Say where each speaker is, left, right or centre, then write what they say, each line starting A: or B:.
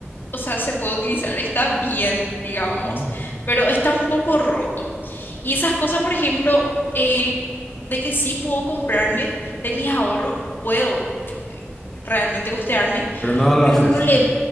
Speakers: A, on the left (about 50°); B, in the centre.
A: o sea, se puede utilizar, está bien, digamos,
B: Ujú.
A: pero está un poco roto. Y esas cosas, por ejemplo, eh, de que sí puedo comprarme de mis ahorros, puedo te- te- realmente costearme,
B: Pero no lo
A: pero
B: haces.
A: no le,